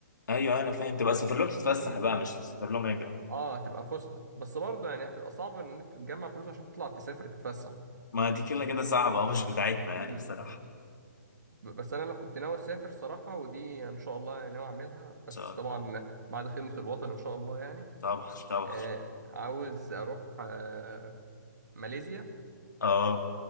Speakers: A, on the left (about 85°); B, on the right (about 75°).
A: ايوه انا فاهم تبقى سافر لهم تتفسح
B: مم.
A: بقى مش تسافر لهم هجرة
B: اه هتبقى فسحه بس برضه يعني هتبقى صعب ان انت تجمع فلوس عشان تطلع تسافر تتفسح
A: ما دي كده كده صعبة اه مش بتاعتنا يعني
B: فاهم
A: بصراحة
B: ب- بس انا لو كنت ناوي اسافر صراحه ودي ان شاء الله يعني ناوي اعملها
A: ان
B: بس
A: شاء
B: طبعا
A: الله
B: بعد خدمه الوطن ان شاء الله يعني
A: طبعا طبعا
B: آه عاوز اروح آه ماليزيا
A: اه